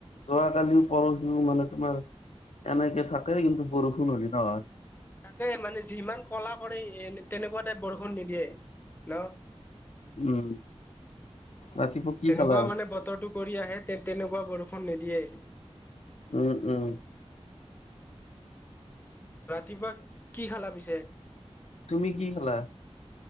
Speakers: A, on the left; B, on the left.
A: যোৱাকালিও পৰহিও মানে তোমাৰ। এনেকে থাক, কিন্তু বৰষুণ হ'ল ন হয়।
B: তাকে মানে যিমান কলা কৰে এ, তেনেকুৱা টাই বৰষুণ নিদিয়ে ন।
A: উম, ৰাতিপুৱা কি
B: তেনেকুৱা
A: খালা?
B: মানে বতৰটো কৰি আহে তে, তেনেকুৱা বৰষুণ নিদিয়ে।
A: উম উম
B: ৰাতিপুৱা কি খালা পিছে?
A: তুমি কি খালা